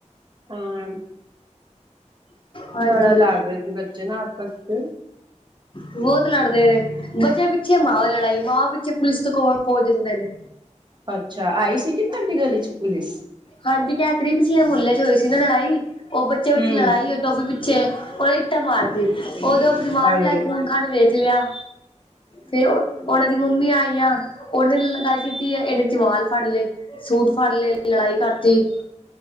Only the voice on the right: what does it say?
ਹਾਂ
ਬੜਾ ਲੜ ਰਹੇ ਸੀ ਬੱਚੇ ਨਾ ਆਪਸ ਚ
ਅੱਛਾ, ਆਈ ਸੀ ਕਿ ਤੁਹਾਡੀ ਗਲੀ ਚ ਪੁਲਿਸ
ਹੂੰ-ਹੂੰ
ਹਾਏ